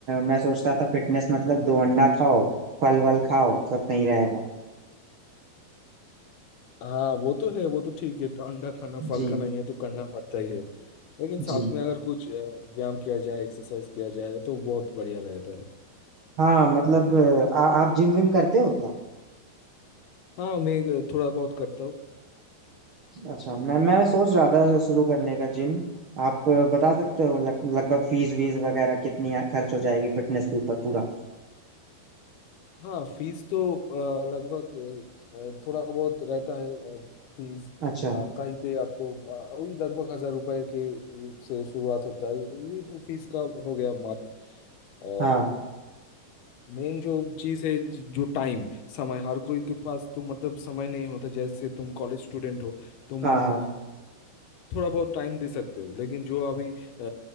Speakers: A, on the right; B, on the left.
A: मैं सोचता था फिटनेस मतलब दो अंडा खाओ फल वल खाओ सब सही रहेगा
B: हाँ वो तो है वो तो ठीक है अंडा खाना फल
A: जी
B: खाना ये तो करना पड़ता ही है लेकिन साथ
A: जी
B: में अगर कुछ अ, व्यायाम किया जाए एक्सरसाइज किया जाए तो बहुत बढ़िया रहता है
A: हाँ मतलब अ, आ, आप जिम विम करते हो क्या
B: हाँ मैं अ, थोड़ा बहुत करता हूँ
A: अच्छा मैं मैं सोच रहा था शुरू करने का जिम आप अ, बता सकते हो लग, लगभग फीस वीस वगैरह कितनी आ- खर्च हो जाएगी फिटनेस के ऊपर पूरा
B: हाँ फीस तो अ, लगभग अ, अ, थोड़ा बहुत रहता है अ, फीस
A: अच्छा
B: अ, कहीं पे आपको अ, वही लगभग हजार रुपए के अ, से शुरुआत होता है ये तो फीस का हो गया मात्र और
A: हाँ
B: मेन जो चीज है जो टाइम समय हर कोई के पास तो मतलब समय नहीं होता जैसे तुम कॉलेज स्टूडेंट हो तुम
A: हाँ हाँ
B: थोड़ा बहुत टाइम दे सकते हो लेकिन जो अभी अ,